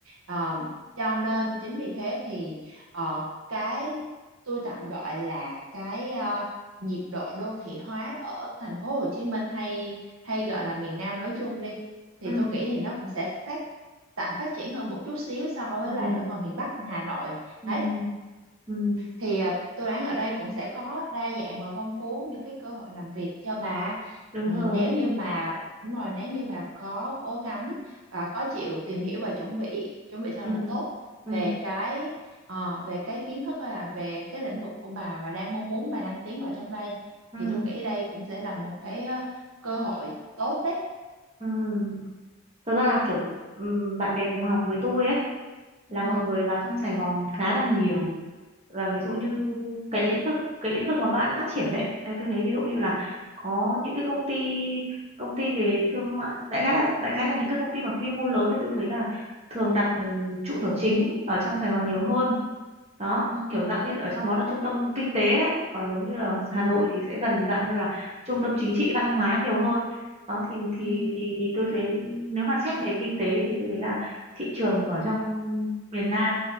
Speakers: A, on the right; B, on the right.
A: Ờ, cho nên chính vì thế thì Ờ, cái tôi tạm gọi là cái ờ, nhịp độ đô thị hóa ở thành phố Hồ Chí Minh hay hay gọi là miền Nam nói chung đi thì
B: ừ
A: tôi nghĩ thì nó cũng sẽ phát tạm phát triển hơn một chút xíu so với
B: ừ
A: lại
B: ừ
A: ở ngoài miền Bắc ở Hà Nội
B: ừ
A: đấy
B: ừ.
A: thì à, tôi đoán ở đây cũng sẽ có đa dạng và phong phú những cái cơ hội làm việc cho bà
B: đúng
A: thì
B: rồi
A: nếu như mà đúng rồi nếu như bà có cố gắng và có chịu tìm hiểu và chuẩn bị chuẩn bị thật
B: ừ
A: là tốt
B: ừ
A: về cái ờ, về cái kiến thức hay là về cái lĩnh vực của bà mà đang mong muốn bà đang tiến vào trong đây
B: ừ
A: thì tôi nghĩ đây cũng sẽ là một cái ờ, cơ hội tốt đấy
B: ừ thật ra là kiểu ừ, bạn bè cùng học với tôi ấy là
A: ừ
B: mọi người vào trong Sài Gòn khá là nhiều và ví dụ
A: ừ
B: như cái lĩnh vực cái lĩnh vực mà các bạn phát triển đấy à, tôi thấy ví dụ như là có những cái công ty công ty về thương mại đại khái là đại khái là những cái công ty mà quy mô lớn thì tôi thấy là thường đặt ừm, trụ sở chính ở trong Sài Gòn nhiều hơn đó
A: ừ
B: kiểu dạng như ở trong đó là trung tâm kinh tế đấy còn giống như là Hà
A: ừ
B: Nội thì sẽ gần dạng như là trung tâm chính trị văn hóa nhiều hơn đó thì thì
A: ừ
B: thì thì tôi thấy ừ, nếu mà xét về kinh tế thì tôi thấy là thị trường ở trong miền Nam